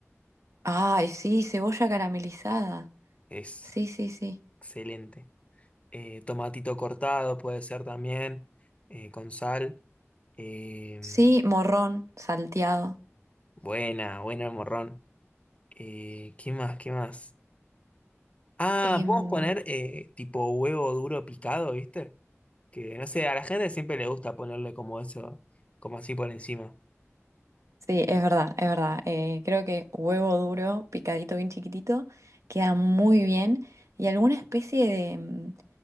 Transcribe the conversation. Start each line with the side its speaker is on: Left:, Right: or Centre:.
Right: ay, sí, cebolla caramelizada.
Left: es
Right: Sí, sí, sí.
Left: excelente. Eh, tomatito cortado puede ser también, eh, con sal. Eh,
Right: Sí, morrón salteado.
Left: buena, buena el morrón. Eh, ¿qué más? ¿Qué más? Ah,
Right: Em,
Left: podemos poner eh, tipo huevo duro picado, ¿viste? Que no sé, a la gente siempre le gusta ponerle como eso, como así por encima.
Right: Sí, es verdad, es verdad. Eh, creo que huevo duro, picadito bien chiquitito, queda muy bien. Y alguna especie de mm,